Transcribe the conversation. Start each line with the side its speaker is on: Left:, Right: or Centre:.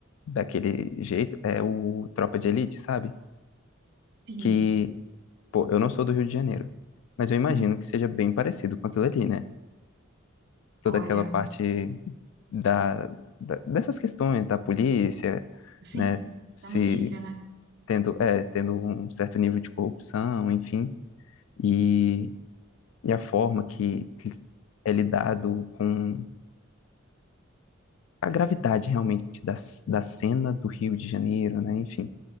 Left: daquele jeito, é o Tropa de Elite, sabe?
Right: Sim.
Left: Que Pô, eu não sou do Rio de Janeiro, mas eu imagino
Right: Uhum.
Left: que seja bem parecido com aquilo ali, né? Toda
Right: Olha,
Left: aquela parte da, da- dessas questões da polícia,
Right: sim,
Left: né? Se
Right: da milícia, né?
Left: tendo, é, tendo um certo nível de corrupção, enfim, e, e a forma que é lidado com a gravidade realmente da, da cena do Rio de Janeiro, né? Enfim.